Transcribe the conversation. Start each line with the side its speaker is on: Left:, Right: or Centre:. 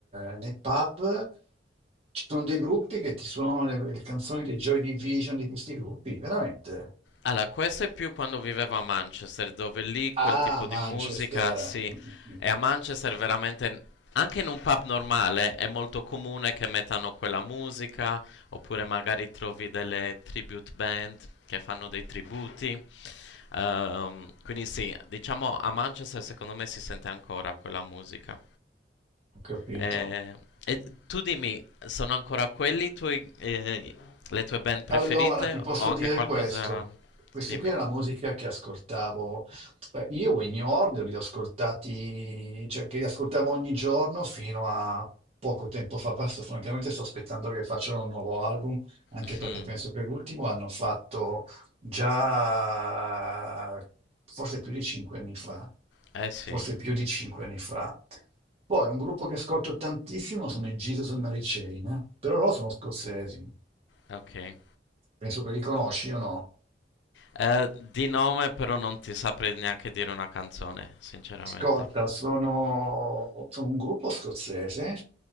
Right: eh, nei pub ci sono dei gruppi che ti suonano le, le canzoni dei Joy Division di questi gruppi, veramente?
Left: Allora, questo è più quando vivevo a Manchester, dove lì quel
Right: Ah,
Left: tipo di
Right: Manchester,
Left: musica, sì,
Right: Mm, mm, mm,
Left: e a Manchester veramente, anche in un pub normale, è molto comune che mettano quella musica, oppure magari trovi delle tribute band che fanno dei tributi. Ehm, quindi sì, diciamo a Manchester secondo me si sente ancora quella musica.
Right: ho capito.
Left: Eh, e tu dimmi, sono ancora quelli i tuoi, eh, le tue band preferite
Right: Allora, ti posso
Left: o anche
Right: dire
Left: qualcosa...
Right: questo. Questa
Left: Dimmi.
Right: qui è la musica che ascoltavo. Beh, io in New Order li ho ascoltati, cioè che li ascoltavo ogni giorno fino a poco tempo fa. Adesso, francamente, sto aspettando che facciano un nuovo album, anche
Left: Hmm.
Right: perché penso che l'ultimo hanno fatto già forse più di cinque anni fa.
Left: Eh sì,
Right: Forse più di cinque anni fa. Poi un gruppo che ascolto tantissimo sono i Jesus and Mary Chain, eh. Però loro sono scozzesi.
Left: ok.
Right: Penso che li conosci o no?
Left: Eh, di nome però non ti saprei neanche dire una canzone, sinceramente.
Right: Ascolta, sono, sono un gruppo scozzese,